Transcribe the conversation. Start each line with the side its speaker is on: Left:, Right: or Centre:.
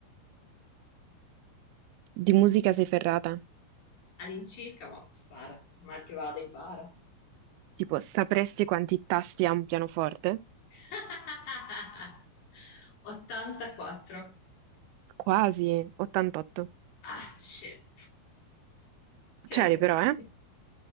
Right: Di musica sei ferrata?
Left: All'incirca, ma spara, mal che vada, impara.
Right: Tipo, sapresti quanti tasti ha un pianoforte?
Left: <laughs> 84.
Right: Quasi, 88.
Left: Ah, shit. C'ero
Right: C'eri
Left: quasi.
Right: però, eh?